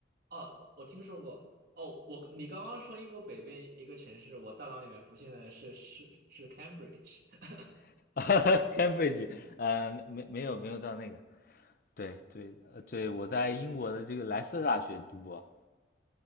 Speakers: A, on the right; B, on the left.
A: 哦，我我听说过。哦，我你刚刚说英国北边一个城市，我大脑里面浮现的是是是 Cambridge。<laughs>
B: <laughs> 啊？Cambridge，呃，没没有没有到那个，对对呃对，我在英国的这个莱斯特大学读博，